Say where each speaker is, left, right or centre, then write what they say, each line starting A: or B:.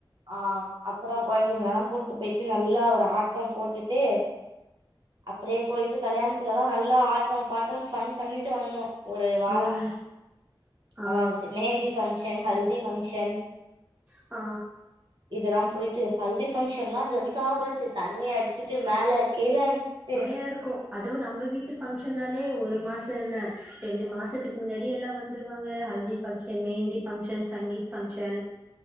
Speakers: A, on the right (about 55°); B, on the right (about 15°).
A: ஆ அப்பற கொழந்தைங்களல்லா கூட்டு போய்ட்டு நல்லா ஒரு ஆட்டம் போட்டுட்டு அப்டியே போய்ட்டு கல்யாணத்துலலா நல்லா ஆட்டோ பாட்டோ சன் பண்ணிட்டு வந்தோ ஒரு வார
B: ம் ஆ
A: அதாச்சு மேந் ஃப்ங்ஷன் ஹல்தி ஃப்ங்ஷன்
B: ஆ
A: இதெல்லா போய்ட்டு ஹல்தி ஃபங்க்ஷன்லா ஜல்சாவா போச்சு தண்ணி அடிச்சிட்டு மேல கீழண்ட்டு
B: யயாருக்கோ அதுவு நம்ம வீட்டு ஃபங்க்ஷனாலே ஒரு மாச இல்ல ரெண்டு மாசத்துக்கு முன்னாடி எல்லா வந்துருவாங்க ஹல்தி ஃபங்க்ஷ ன் மெஹந்தி ஃபங்க்ஷன் சங்கீத் ஃபங்க்ஷன்